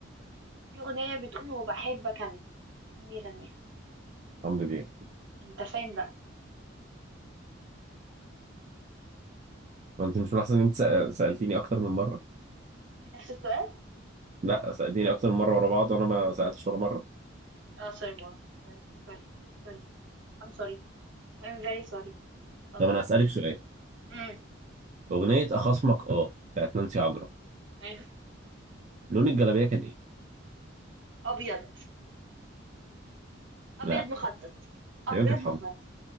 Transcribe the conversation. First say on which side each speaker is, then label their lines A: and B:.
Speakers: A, on the right; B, on the right.
A: في أغنية بتقول وبحبك أنا مين بيغنيها
B: عمرو دياب
A: أنت فين بقى
B: هو انت مش ملاحظ ان انت سأ- سالتيني اكتر من مره
A: نفس السؤال
B: لا سالتيني اكتر من مره ورا بعض وانا ما سالتش ولا مره
A: اه سوري ماما سوري سوري I'm sorry I'm very sorry اتفضل
B: طب انا هسالك سؤال
A: امم
B: اغنيه اخصمك اه بتاعت نانسي عجرم
A: أيوة.
B: لون الجلابيه كان ايه
A: أبيض أبيض
B: لا
A: مخطط أبيض
B: تقريبا كانت
A: مخطط
B: حمرا